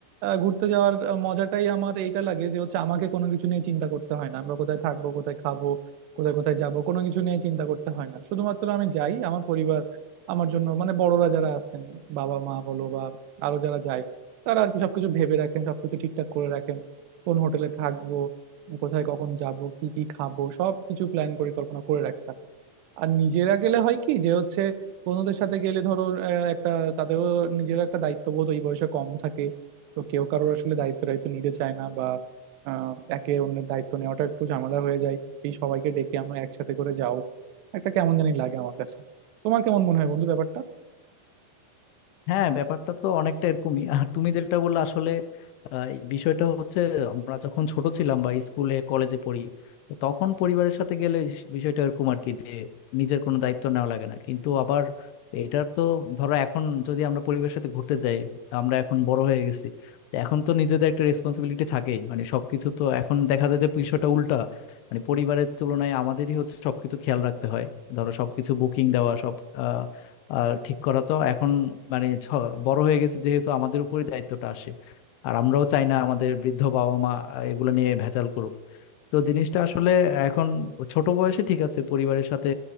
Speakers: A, on the right; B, on the left.
A: আহ, ঘুরতে যাওয়ার আহ, মজাটাই আমার এইটা লাগে যে হচ্ছে আমাকে কোনো কিছু নিয়ে চিন্তা করতে হয় না আমরা কোথায় থাকবো কোথায় খাবো কোথায় কোথায় যাব কোনো কিছু নিয়ে চিন্তা করতে হয় না শুধুমাত্র আমি যাই আমার পরিবার আমার জন্য মানে বড়রা যারা আছেন বাবা মা বলো বা আরো যারা যায় তারা আর কি সবকিছু ভেবে রাখেন সবকিছু ঠিকঠাক করে রাখেন কোন হোটেলে থাকবো কোথায় কখন যাব কি কি খাবো সবকিছু প্ল্যান পরিকল্পনা করে রাখতে হয় আর নিজেরা গেলে হয় কি যে হচ্ছে বন্ধুদের সাথে গেলে ধরো আহ, একটা তাদেরও নিজেরও একটা দায়িত্ববোধ ওই বয়সে কম থাকে তো কেউ কারোর আসলে দায়িত্ব দায়িত্ব নিতে চায় না বা আহ, একে অন্যের দায়িত্ব নেওয়াটা একটু ঝামেলা হয়ে যায় এই সবাইকে ডেকে আমরা একসাথে করে যাও একটা কেমন জানি লাগে আমার কাছে তোমার কেমন মনে হয় বন্ধু ব্যাপারটা
B: হ্যাঁ ব্যাপারটা তো অনেকটা এরকমই আর তুমি যেটা বললে আসলে আহ, এই বিষয়টা হচ্ছে আমরা যখন ছোট ছিলাম বা স্কুলে কলেজে পড়ি তো তখন পরিবারের সাথে গেলে স- বিষয়টা এরকম আর কি যে নিজের কোনো দায়িত্ব নেওয়া লাগে না কিন্তু আবার এটার তো ধরো এখন যদি আমরা পরিবারের সাথে ঘুরতে যাই আমরা এখন বড় হয়ে গেছি তো এখন তো নিজেদের একটা রেসপন্সিবিলিটি থাকেই মানে সবকিছু তো এখন দেখা যায় যে বিষয়টা উল্টা মানে পরিবারের তুলনায় আমাদেরই হচ্ছে সবকিছু খেয়াল রাখতে হয় ধরো সবকিছু বুকিং দেওয়া সব আহ, ঠিক করা তো এখন মানে ছ- বড় হয়ে গেছে যেহেতু আমাদের উপরই দায়িত্বটা আসে আর আমরাও চাই না আমাদের বৃদ্ধ বাবা মা আহ, এগুলো নিয়ে ভেজাল করুক তো জিনিসটা আসলে এখন ছোট বয়সে ঠিক আছে পরিবারের সাথে